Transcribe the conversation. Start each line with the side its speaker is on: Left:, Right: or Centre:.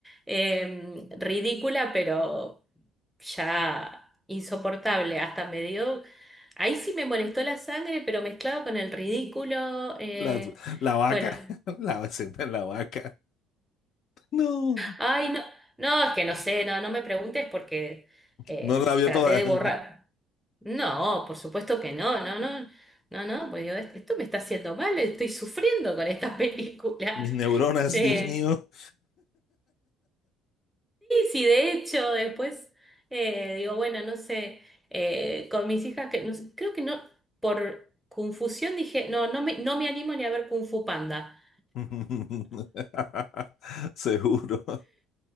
Centre: eh, ridícula, pero ya insoportable. Hasta me dio, ahí sí me molestó la sangre, pero mezclado con el ridículo. eh,
Left: La, la vaca,
Centre: bueno,
Left: <laughs> la escena de la vaca. No,
Centre: ay, no, no, es que no sé, no, no me preguntes porque eh,
Left: no la vio
Centre: traté
Left: toda.
Centre: de
Left: <laughs>
Centre: borrar. No, por supuesto que no, no, no, no, no, pues digo, esto me está haciendo mal, estoy sufriendo con esta película.
Left: Mis neuronas,
Centre: <laughs> Eh,
Left: Dios mío.
Centre: Sí, de hecho, después eh, digo, bueno, no sé, eh, con mis hijas, que no sé, creo que no, por confusión dije, no, no me, no me animo ni a ver Kung Fu Panda.
Left: <laughs> Seguro.